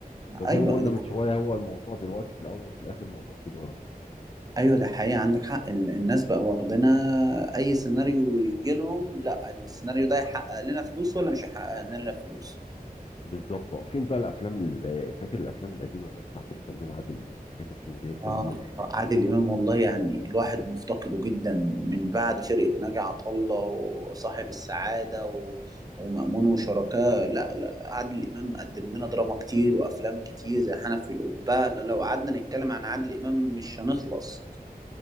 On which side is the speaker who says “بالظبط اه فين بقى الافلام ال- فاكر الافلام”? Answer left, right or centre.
Left